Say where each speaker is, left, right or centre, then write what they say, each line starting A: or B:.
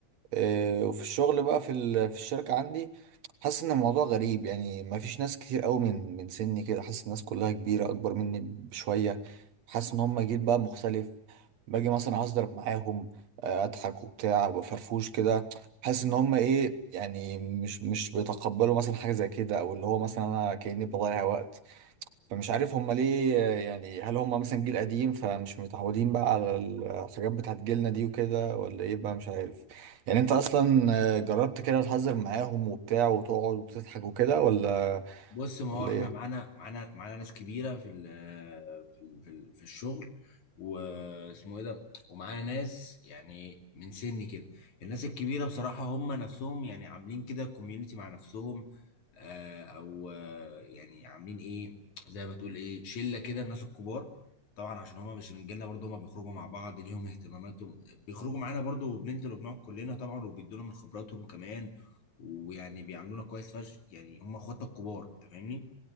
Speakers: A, on the right (about 65°); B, on the left (about 80°).
A: آه، وفي الشغل بقى في ال- في الشركة عندي حاسس ان الموضوع غريب يعني ما فيش ناس كتير قوي من من سني كده حاسس الناس كلها كبيرة اكبر مني بشوية حاسس ان هم جيل بقى مختلف باجي مثلا اصدر معاهم آه، اضحك وبتاع بفرفوش كده حاسس ان هم ايه يعني مش مش بيتقبلوا مثلا حاجة زي كده او اللي هو مثلا انا كأني بضيع وقت فمش عارف هم ليه يعني هل هم مثلا جيل قديم فمش متعودين بقى على الحاجات بتاعت جيلنا دي وكده ولا ايه بقى مش عارف يعني انت اصلا جربت كده تهزر معاهم وبتاع وتقعد وتضحك وكده ولا
B: بص ما
A: ولا
B: هو احنا
A: ايه
B: معانا معانا معانا ناس كبيره في ال- في ال- في ال- في الشغل واسمه ايه ده ومعانا ناس يعني من سني كده الناس الكبيره بصراحه هم نفسهم يعني عاملين كده كوميونتي مع نفسهم آه، او آه، يعني عاملين ايه زي ما تقول ايه شله كده الناس الكبار طبعا عشان هم مش من جيلنا برضه هم بيخرجوا مع بعض ليهم اهتماماتهم بيخرجوا معانا برضه وبننزل وبنقعد كلنا طبعا وبيدونا من خبراتهم كمان ويعني بيعاملونا كويس فشخ يعني هم اخواتنا الكبار انت فاهمني